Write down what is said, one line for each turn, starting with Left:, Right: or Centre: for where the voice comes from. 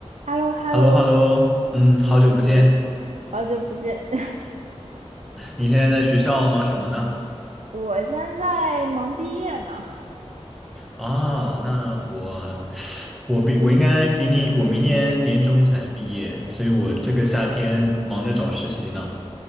Right: h e l l o h e
Centre: h
Right: l
Centre: e
Right: l
Centre: l
Right: o
Centre: l o h e l l o 嗯，好久不见。
Right: 嗯，好久不见。<laughs>
Centre: 你现在在学校忙什么呢？
Right: 我现在忙毕业呢。
Centre: 啊，那我，我比我应该比你，我明年年中才毕业，所以我这个夏天忙着找实习呢。